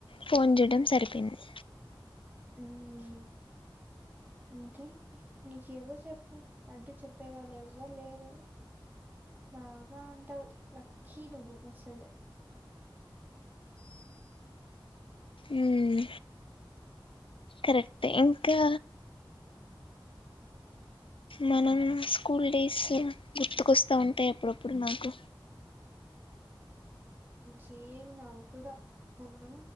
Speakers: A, on the left; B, on the right.
A: ఫోన్ చేయటం సరిపోయింది
B: హ అంతే నీకు ఎవరు చెప్పు అడ్డు చెప్పే వాళ్ళు ఎవ్వరు లేరు బాగా ఉంటావు లక్కీ నువ్వు అసలే
A: ఉమ్ కరెక్ట్ ఏ ఇంకా మనం స్కూల్ డేస్ గుర్తుకోస్తా ఉంటాయి అప్పుడప్పుడు నాకు
B: సేమ్ నాకు కూడా మొన్న